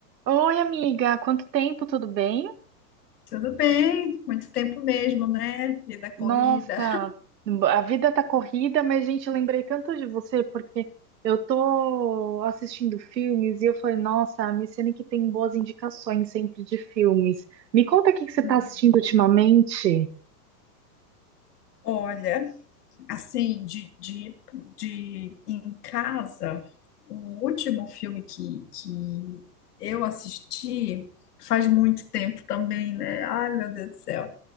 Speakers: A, on the right; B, on the left.
A: Oi, amiga, quanto tempo, tudo bem?
B: Tudo bem, muito tempo mesmo, né? Vida corrida.
A: Nossa, a vida tá corrida, mas, gente, eu lembrei tanto de você porque eu tô assistindo filmes e eu falei, nossa, a Micene que tem boas indicações sempre de filmes. Me conta o que que você
B: Uhum.
A: tá assistindo ultimamente.
B: Olha, assim, de, de, de em casa, o último filme que, que eu assisti faz muito tempo também, né? Ai, meu Deus do céu.